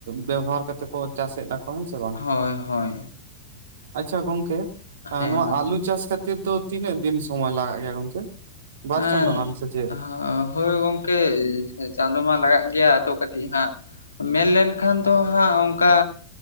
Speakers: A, on the right; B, on the left.
A: ᱵᱮᱵᱚᱦᱟᱨ ᱠᱟᱛᱮ ᱠᱚ ᱪᱟᱥᱮᱫᱟ᱾ ᱠᱚ ᱦᱮᱸ ᱥᱮ ᱵᱟᱝ
B: ᱦᱳᱭ ᱦᱳᱭ
A: ᱟᱪᱪᱷᱟ ᱜᱚᱝᱠᱮ
B: ᱦᱮᱸ
A: ᱱᱚᱣᱟ
B: ᱢᱟ ᱞᱟᱹᱭ
A: ᱟᱞᱩ
B: ᱵᱤᱱ
A: ᱪᱟᱥ ᱠᱟ ᱛᱮᱫ ᱫᱚ ᱛᱤᱱᱟᱹᱜ ᱫᱤᱱ ᱥᱚᱢᱚᱭ ᱞᱟᱜᱟᱜ ᱜᱮᱭᱟ ᱜᱚᱝᱠᱮ? ᱵᱟᱨ
B: ᱮᱜ
A: ᱪᱟᱸᱫᱳ ᱜᱟᱱ ᱥᱮ ᱪᱮᱫ
B: ᱦᱚᱻ ᱦᱳᱭ ᱜᱚᱝᱠᱮ ᱪᱟᱸᱫᱳ ᱢᱟ ᱞᱟᱜᱟᱜ ᱜᱮᱭᱟ ᱟᱫᱚ ᱠᱟᱹᱴᱤᱡ ᱦᱟᱸᱜ ᱢᱮᱱ ᱞᱱᱮᱠᱷᱟᱱ ᱫᱚ ᱦᱟᱸᱜ ᱚᱝᱠᱟ